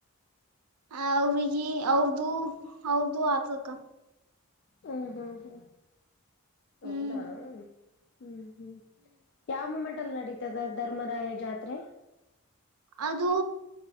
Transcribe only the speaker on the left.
ಹ್ಮ್ ಹ್ಮ್ ಹ್ಮ್ ಹೌದ
ಹ್ಮ್ ಹ್ಮ್ ಯಾವ ಮೂೊಮೆಂಟ್ ಅಲ್ಲಿ ನಡೀತದ ಧರ್ಮರಾಯ ಜಾತ್ರೆ